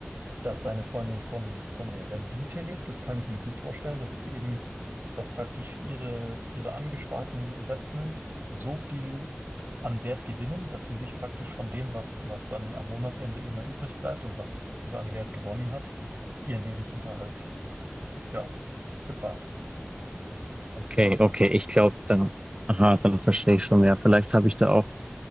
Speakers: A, on the right; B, on the right.
A: dass deine Freundin von, von der Rendite lebt, das kann ich mir gut vorstellen. Das ist eben, dass praktisch ihre, ihre angesparten Investments so viel an Wert gewinnen, dass sie sich praktisch von dem, was, was dann am Monatsende immer übrig bleibt und was sie an Wert gewonnen hat, ihren Lebensunterhalt, ja, bezahlt.
B: Okay, okay, ich glaube dann, aha, dann verstehe ich schon mehr. Vielleicht habe ich da auch